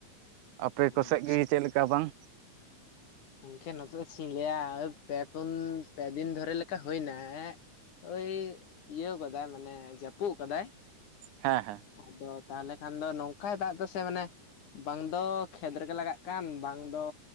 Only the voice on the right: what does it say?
ᱟᱯᱮ ᱠᱚ
ᱥᱮᱫ ᱜᱮ ᱪᱮᱫ ᱞᱮᱠᱟ ᱵᱟᱝ?
ᱦᱮᱸ ᱦᱮᱸ,